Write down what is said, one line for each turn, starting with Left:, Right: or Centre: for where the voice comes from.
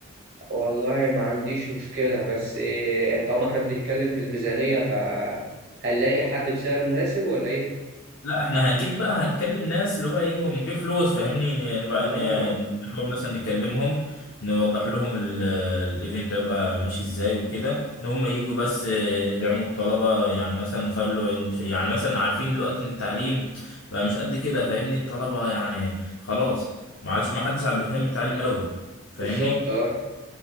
Right: والله ما عنديش مشكله بس إيه، طالما احنا بنتكلم في الميزانيه فهنلاقي حد بسعر مناسب ولا ايه
Left: لا احنا هنجيب بقى هنكلم ناس اللي هو يجوا من غير فلوس فاهمني ن- نبقى
Right: اه
Left: ن- نحاول مثلا نكلمهم نوضح لهم ال- الايفنت هيبقى ماشي ازاي وكده ان هم يجوا بس يدعموا الطلبة يعني مثلا نخلوا إن- يعني مثلا عارفين دلوقتي ان التعليم بقى مش قد كده فاهمني الطلبة يعني خلاص ما عادش ما حدش عاد بيهتم بالتعليم قوي فاهمني
Right: بالظبط اه